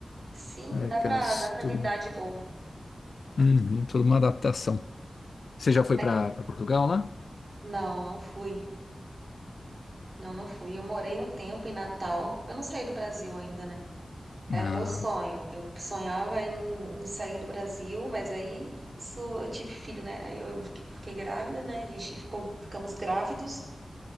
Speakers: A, on the right; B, on the left.
A: Sim,
B: É
A: dá
B: aquelas-
A: pra, dá pra
B: tudo,
A: lidar de boa.
B: Uhum, tudo uma adaptação. Você já foi
A: Mas
B: para Portugal lá?
A: não, não fui. Não, não fui. Eu morei um tempo em Natal. Eu não saí do Brasil ainda, né? Era
B: Ah,
A: meu sonho. Eu sonhava em, em sair do Brasil, mas aí isso eu tive filho, né? Aí eu fiquei, fiquei grávida, né? A gente ficou, ficamos grávidos.